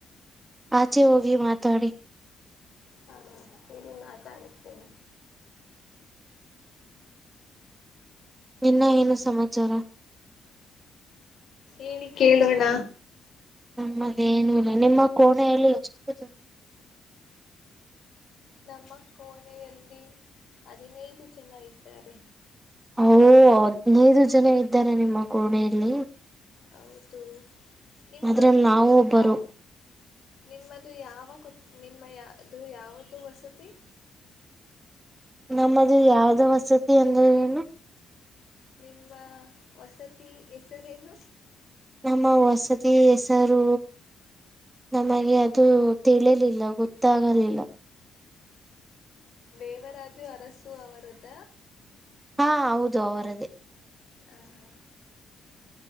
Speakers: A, on the right; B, on the left.
A: ಆಚೆ ಹೋಗಿ ಮಾತಾಡಿ
B: ಹ ಇಲ್ಲಿ ಮಾತಾಡುತ್ತೇನೆ
A: ನಿನ್ನ ಏನು ಸಮಾಚಾರ
B: ಏನಿ ಕೇಳುವಣ
A: ನಮ್ಮಗೇನುೂ ಇಲ್ಲ ನಿಮ್ಮ ಕೋಣೆಯಲ್ಲಿ ಎಷ್ಟು ಜನ
B: ನಮ್ಮ ಕೋಣೆಯಲ್ಲಿ ಹದಿನೈದು ಜನ ಇದ್ದಾರೆ
A: ಓ ಹದನೈದು ಜನ ಇದ್ದಾರೆ ನಿಮ್ಮ ಕೋಣೆಯಲ್ಲಿ
B: ಹೌದು ನಿಮ್ಮದ್ದು
A: ಅದ್ರಲ್ಲಿ ನಾವು ಒಬ್ಬರು
B: ಯಾವ ನಿಮ್ಮದು ಯಾವ ಕೊಟ್ ನಿಮ್ಮ ಯದು ಯಾವದು ವಸತಿ
A: ನಮ್ಮದು ಯಾವ್ದ ವಸತಿ ಅಂದ್ರ ಏನು
B: ನಿಮ್ಮ ವಸತಿ ಹೆಸರೇನು
A: ನಮ್ಮ ವಸತಿ ಹೆಸರು ನಮಗೆ ಅದು ತಿಳಿಲಿಲ್ಲ ಗೊತ್ತಾಗಲಿಲ್ಲ
B: ದೇವರಾಜು ಅರಸು ಅವರದ್ದ
A: ಹಾ ಹೌದು ಅವರದ
B: ಹ ಹ